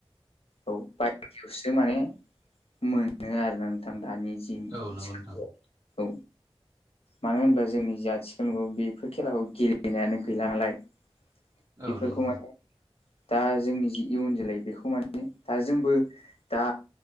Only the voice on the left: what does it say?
औ बायदियावसो माने मोनो आरो ना नोंथां दानि जि
आथिखालाव
औ मानो होनबा जोंनि जाथिखाल न बेफोर खेलाखौ गेलेनायानो गैला नालाय
बेफोरखौ
माने दा जोंनि जि इयुन जोलै बेखौ माने दा जोंबो दा